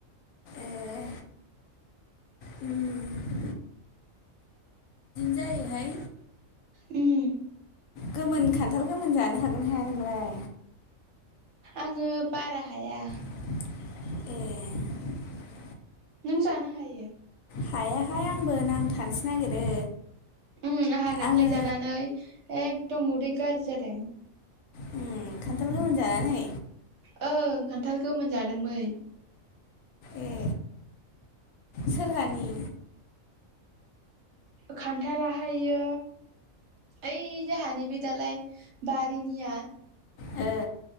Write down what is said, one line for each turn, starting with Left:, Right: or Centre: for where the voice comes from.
Left: ए बिदिनो जायोहाय।
Right: उम।
Left: गोमोन खान्थाल गोमोन जानो हागोन हाया नोंलाय?
Right: आङो बारा हाया।
Left: ए।
Right: नों जानो हायो।
Left: हायाहाय आंबो नांथानोसो नागिरो।
Right: उम आहा दाख्लै
Left: आङो
Right: जानानै एखदम उदै गाज्रि जादों।
Left: उम खान्थाल गोमोन जानानै।
Right: ओं खान्थाल गोमोन जादोंमोन।
Left: ए सोरहानि
Right: खान्थालाहायो ओइ जोहानि बे दालाय बारिनिया
Left: ओ